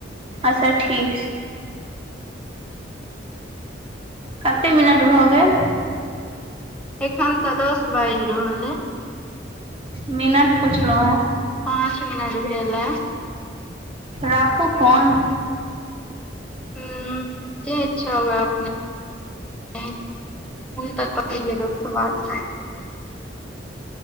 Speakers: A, on the right; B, in the centre.
A: अच्छा ठीक छै कते मिनट भऽ गेल
B: एखन तऽ दस बाजि रहल अइ
A: मिनट पुछलो हैँ
B: पाँच मिनट भेल ए
A: राखू फोन
B: ह की अच्छा हुआ अपने तऽ पी लोक बाद